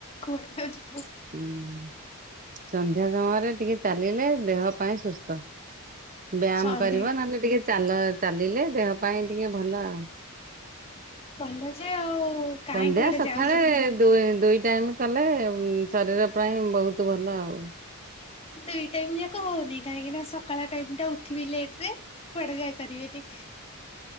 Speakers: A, on the left; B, on the right.
A: କୁଆଡେ ଆଉ ଯିବୁ।
B: ହୁଁ ସନ୍ଧ୍ୟା ସମୟରେ ଟିକେ ଚାଲିଲେ ଦେହ ପାଇଁ ସୁସ୍ଥ। ବ୍ୟାୟାମ
A: ସନ୍ଧ୍ୟା
B: କରିବ ନହେଲେ ଟିକେ ଚାଲ ଚାଲିଲେ ଦେହ ପାଇଁ ଟିକେ ଭଲ ଆଉ।
A: ଭଲ ଯେ ଆଉ କାହିଁ
B: ସନ୍ଧ୍ୟା
A: କୁଆଡେ
B: ସକାଳେ
A: ଯାଉଛୁ।
B: ଦୁଏ ଦୁଇ ୟାମ କଲେ ଶରୀର ପାଇଁ ବହୁତ ଭଲ ଆଉ।
A: ଦୁଇ ଟାଇମ ଯାକ ହଉନି କାହିଁକି ନା ସକାଳ ଟାଇମ ଟା ଉଠିବି ଲେଟ ରେ କୁଆଡେ ଯାଇପାରିବିନି। ହ